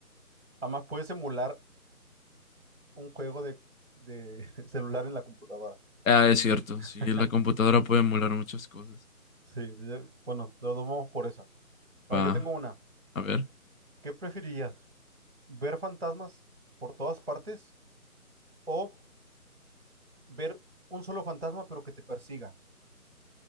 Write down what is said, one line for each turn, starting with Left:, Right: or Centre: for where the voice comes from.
Right: Además, puedes emular un juego de, de <laughs> celular en la computadora.
Left: Ah, es cierto,
Right: <laughs>
Left: sí, la computadora puede emular muchas cosas.
Right: Sí, yo- bueno, lo tomamos por esa. Ahora,
Left: Va,
Right: yo tengo una.
Left: a ver.
Right: ¿Qué preferirías? ¿Ver fantasmas por todas partes o ver un solo fantasma pero que te persiga?